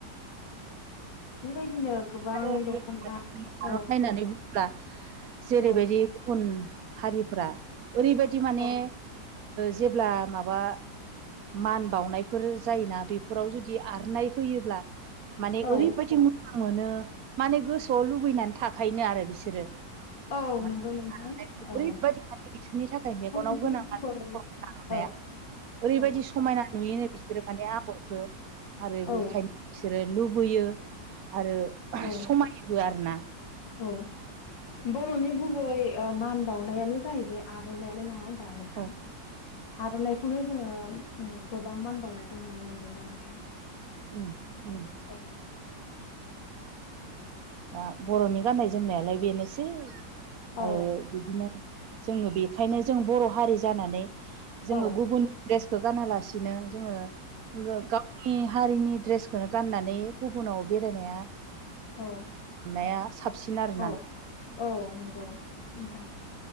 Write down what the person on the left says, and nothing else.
बेबायदिनो गोबां
दख'ना औ
औ
औ
औ
औ
नंगौ नोंथां
औ
बर'नि
गुबै
औ
औ
औ
औ-औ
बरनि गुबै- ओ मान बावनायानो जाहैबाय आरननाइआनो नङा होनबा नोंथां?
आरनना- बेखौनो जोङो गोबां मान बावनायखौ नुनो मोनदोंना नोंथां?
औ
औ
औ
औ
औ औ नंगौ नोंथां